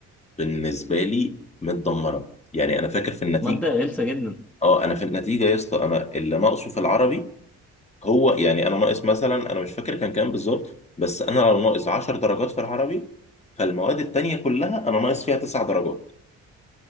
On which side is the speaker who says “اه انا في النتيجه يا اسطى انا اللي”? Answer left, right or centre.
Left